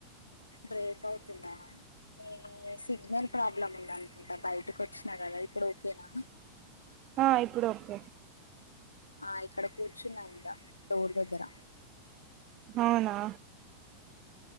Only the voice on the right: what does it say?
ఆ ఇప్పుడు ఓకే
అవునా